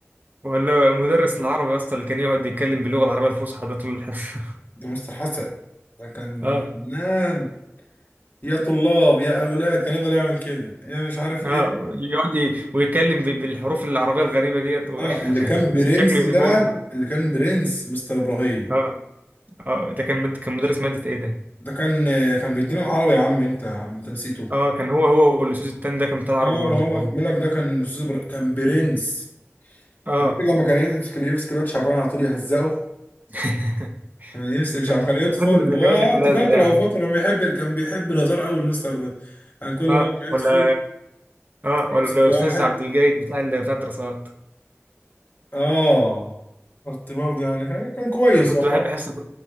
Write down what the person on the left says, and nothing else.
ده مستر حسن ده كان
فنان يا طلاب يا اولاد كان يفضل يعمل كده يا مش عارف
ايه
اه
اللي كان
برنس
بقى
اللي كان برنس مستر ابراهيم
ده كان كان بيدينا العربي يا عم انت يا عم انت نسيته
اه
هو
بقول لك ده كان استاذ إبرا- كان برنس
انت فاكر لما كان يمسك يمسك الواد شعبان على طول يهزقه
كان يمسك شعب
كان
يدخل
هو
انت فاكره
هو فاكره كان بيحب كان بيحب الهزار قوي المستر ده كان كل مره
يدخل
يمسك واحد
اه قلت برضه يعني كان كان كويس
والله